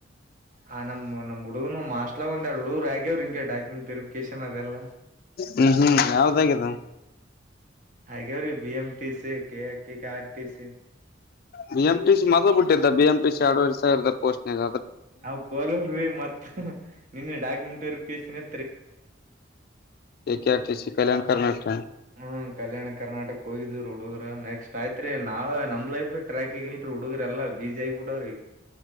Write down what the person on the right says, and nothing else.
ಆ ನಮ ನಮ್ಮ್ ಹುಡುಗರುನು ಹಾಸ್ಟ್ಲ ಒಂದ ಎರಡು ಹುಡುಗರು ಆಗ್ಯವ್ರು ಹಿಂ ಡಾಕ್ಯುಮೆಂಟ್ ವೊಕೇಶನ್ ಅದೆಲ್ಲ
ಹಾಗ ರೀ ಬಿ ಎಂ ಟಿ ಸಿ ಕ ಕಾರ ಸ
ನಾವ ಕೋಲಲ್ ಮತ್ತ ನಿನ್ನ ಡಾಕ್ಯುಮೆಂಟ್ ವೆರಿಫಿಕೇಶನ್ ಎ
ಹ್ಮ್ ಕಲ್ಯಾಣ ಕರ್ನಾಟಕ ಕೋಗಗಿದ್ದು <inaudible> ಹುಡುಗ್ರ ನೆಕ್ಸ್ಟ್ಯತ್ರಿ ನಾವ ನಂಬ ಲ ಟ್ರ್ಯಾಕ್ ರೂಡು ಎಲ್ಲ ಬೀಜ ಆಗಬಿಟ್ಟಾವ್ರಿ